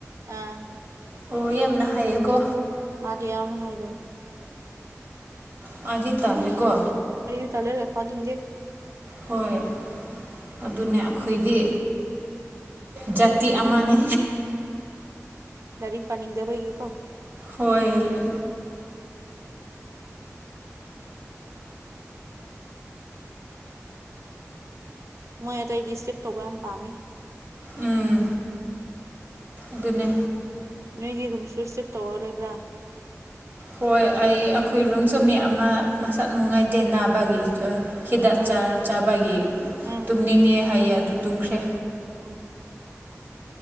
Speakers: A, on the right; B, on the right.
A: ꯑꯥ
B: ꯑꯣ ꯌꯥꯝꯅ ꯍꯥꯏꯌꯦꯀꯣ
A: ꯃꯥꯗꯤ ꯌꯥꯝꯅ ꯍꯥꯏꯕꯅꯦ
B: ꯑꯣ ꯑꯩꯗꯤ ꯇꯜꯂꯦꯀꯣ
A: ꯑꯩꯖꯨ ꯇꯜꯂꯦ ꯂꯥꯛ ꯄꯥꯥꯅꯤꯡꯗꯦ
B: ꯍꯣꯏ ꯑꯗꯨꯅꯦ ꯑꯈꯣꯏꯗꯤ ꯖꯥꯇꯤ ꯑꯃꯅꯦ
A: ꯂꯥꯏꯔꯤꯛ ꯄꯥꯅꯤꯡꯗꯕꯒꯤ ꯀꯣ
B: ꯍꯣꯏ
A: ꯃꯣꯏ ꯑꯇꯩꯗꯤ ꯏꯁ꯭ꯂꯤꯞ ꯇꯧꯕ ꯌꯥꯝ ꯄꯥꯝꯃꯤ
B: ꯎꯝ ꯑꯗꯨꯅꯦ
A: ꯅꯣꯏꯒꯤ ꯔꯨꯝꯁꯨ ꯁ꯭ꯂꯤꯞ ꯇꯧꯔ ꯂꯩꯕ꯭ꯔꯥ
B: ꯍꯣꯏ ꯑꯩ ꯑꯩꯈꯣꯏꯔꯨꯝꯁꯨ ꯃꯤ ꯑꯃ ꯃꯁꯛ ꯅꯨꯡꯉꯥꯏꯇꯦ ꯅꯥꯕꯒꯤ ꯍꯤꯗꯥꯛ
A: ꯎꯝ
B: ꯆꯥꯔ ꯆꯥꯕꯒꯤ
A: ꯎꯝ
B: ꯇꯨꯝꯅꯤꯡꯉꯦ ꯍꯥꯏꯌꯦ ꯑꯗꯨ ꯇꯨꯝꯈ꯭ꯔꯦ
A: ꯎꯝ